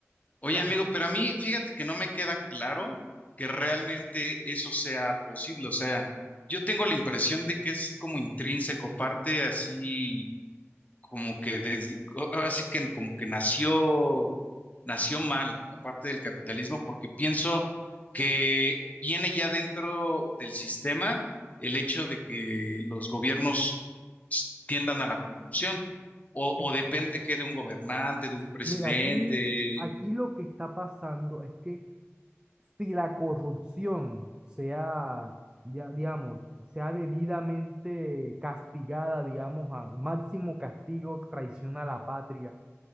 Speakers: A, on the left; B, on the right.
A: Oye,
B: O sea,
A: amigo, pero a mí fíjate que no me queda claro que realmente eso sea posible. O sea, yo tengo la impresión de que es como intrínseco, parte así como que desde, ahora sí que como que nació, nació mal la parte del capitalismo, porque pienso que viene ya dentro del sistema el hecho de que los gobiernos tiendan a la corrupción, o, o
B: eh,
A: depende que de un gobernante, de un presidente.
B: mira, aquí, aquí lo que está pasando es que si la corrupción sea, ya, digamos, sea debidamente castigada, digamos, a máximo castigo, traición a la patria,